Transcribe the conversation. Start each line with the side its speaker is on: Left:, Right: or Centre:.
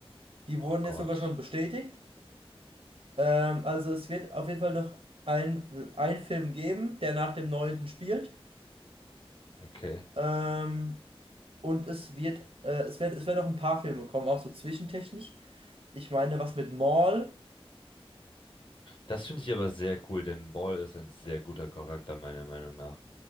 Right: die
Left: Oh
Right: wurden
Left: Gott.
Right: jetzt sogar schon bestätigt. Ähm, also es wird auf jeden Fall noch ein, ein Film geben, der nach dem neunten spielt.
Left: Okay.
Right: Ähm, und es wird, äh, es werden, es werden noch ein paar Filme kommen, auch so zwischentechnisch. Ich meine, was mit Maul.
Left: Das finde ich aber sehr cool, denn Maul ist ein sehr guter Charakter, meiner Meinung nach.